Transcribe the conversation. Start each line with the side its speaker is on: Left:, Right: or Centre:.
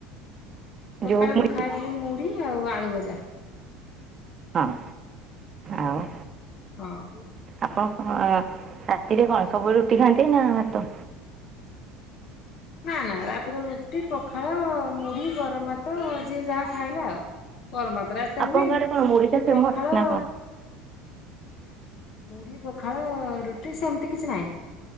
Left: ସକାଳେ
Right: ଯୋଉ ମୁଢ଼ି
Left: ମୁଁ ଖାଇଥିଲି ମୁଢି ଆଉ ଆଳୁ ଭଜା।
Right: ହଁ ଆଉ।
Left: ହଁ।
Right: ଆପଣ କଣ ରାତିରେ କଣ ସବୁବେଳେ ରୁଟି ଖାଆନ୍ତି ନା ଭାତ?
Left: ନା ନା ରାତିରେ ରୁଟି, ପଖାଳ, ମୁଢି, ଗରମ ଭାତ ଯିଏ ଯାହା ଖାଇଲା ଆଉ। ଗରମ୍ ଭାତ ଟା ଏତେ
Right: ଆପଣଙ୍କ
Left: ହୁଏନି
Right: ଆଡେ କଣ
Left: ସେ
Right: ମୁଢ଼ି ଟା ଫେମସ୍
Left: ପଖାଳ
Right: ନା କଣ?
Left: ମୁଢି, ପଖାଳ, ରୁଟି ସେମତି କିଛି ନାହିଁ